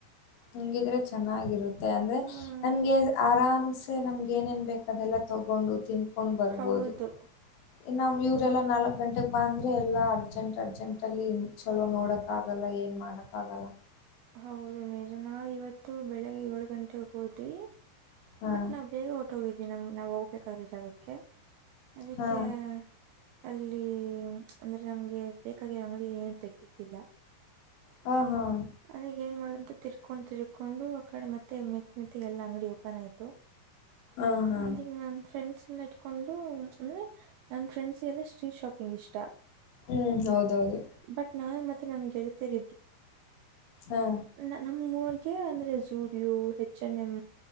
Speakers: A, on the left; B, on the right.
A: ನಂಗಿದ್ರೆ ಚೆನ್ನಾಗಿರುತ್ತೆ ಅಂದ್ರೆ
B: ಹ್ಮ್
A: ನಮಗೆ ಆರಾಮ್ ನಮ್ಗೆ ಏನೇನ್ ಬೇಕ ಅದೆಲ್ಲ ತಗೊಂಡು ತಿಂದ್ಕೊಂಡು ಬರ್ಬೋದು
B: ಹೌದು
A: ಇ ನಮ್ ಇವರೆಲ್ಲ ನಾಲ್ಕಕ್ ಗಂಟೆಗ್ ಬಂದ್ರೆ ಎಲ್ಲಾ ಅರ್ಜೆಂಟ್ ಆ ಅರ್ಜೆಂಟಲ್ಲಿ ಚಲೋ ನೋಡಕ್ ಆಗಲ್ಲ ಏನ್ ಮಾಡಕ್ ಹಾಗಲ್ಲ
B: ಹೌದು ನಿಜನಾ ಇವತ್ತು ಬೆಳಿಗ್ಗೆ ಏಳು ಗಂಟೆಗೆ ಹೋದ್ವಿ
A: ಹಾ
B: ಬಟ್ ನಾವ್ ಬೇಗ ಹೊಟ್ಟ ಹೋಗಿದ್ವಿ ನಮ್ ನಾವವು ಬೇಕಾದ್ರೆ ಜಾಗಕ್ಕೆ ಅದಕ್ಕೆ
A: ಹಾ
B: ಅಲ್ಲಿ ಅಂದ್ರೆ ನಮ್ಗೆ ಬೇಕಾಗಿರೋ ಅಂಗಡಿ ಏನು ತೆೆಗೆ್ದಿದ್ದಿಲ್ಲ
A: ಹಾ ಹಾ
B: ಅದಗ ಏನ್ ಮಾಡುದಂತ ತಿರ್ ಕುಂತಿ ಕೊಂಡ್ ತಿರ್ಕೊಂಡು ಆ ಕಡೆ ಮತ್ತೆ ಮೆತ್ ಮೆತ್ತ ಎಲ್ಲಾ ಅಂಗಡಿ ಓಪನ್ ಆಯ್ತು
A: ಹಾ ಹಾ
B: ಅದ ನನ್ ಫ್ರೆಂಡ್ಸ್ ಎಲ್ಲ ಇಟ್ಕೊಂಡು ಅಂದ್ರೆ ನನ್ನ ಫ್ರೆಂಡ್ಸ್ಗೆಲ್ಲ ಸ್ಟ್ರೀಟ್ ಶಾಪಿಂಗ್ ಇಷ್ಟ
A: ಹ್ಮ್ ಹೌದೌದು
B: ಬಟ್ ನಾನ್ ಮತ್ತೆ ನನ್ ಗೆಳ್ತಿರ್
A: ಹಾ
B: ನಮ ಊರ್ಗೆ ಅಂದ್ರೆ ಜೂಡಿಯೋ H N M